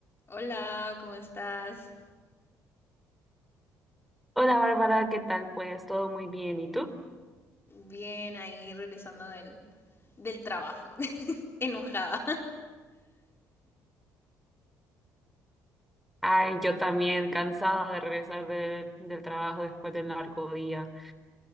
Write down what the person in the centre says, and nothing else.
Hola Bárbara, ¿qué tal? Pues todo muy bien, ¿y tú?
Ay, yo también cansada de regresar del del trabajo después del largo día.